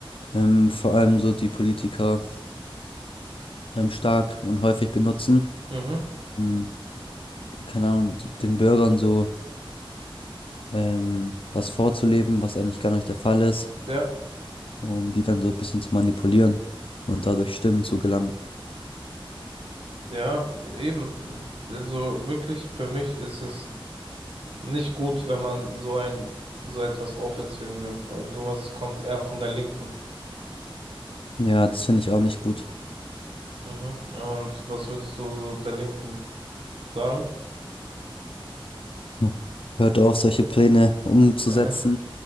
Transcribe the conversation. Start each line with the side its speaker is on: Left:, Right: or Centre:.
Left: Ähm, vor allem so die Politiker. ähm, stark und häufig benutzen,
Right: mhm,
Left: um, keine Ahnung, den Bürgern so ähm, was vorzuleben, was eigentlich gar nicht der Fall ist,
Right: ja,
Left: um die dann so ein bisschen zu manipulieren und dadurch Stimmen zu gelangen.
Right: ja, eben. Also wirklich, für mich ist es nicht gut, wenn man so ein, so etwas aufzwingen will. Vor allem sowas kommt eher von der Linken.
Left: Ja, das finde ich auch nicht gut.
Right: Mhm. Ja, Und was würdest du so der Linken sagen?
Left: Hm. Hört auf, solche Pläne umzusetzen,
Right: Äh,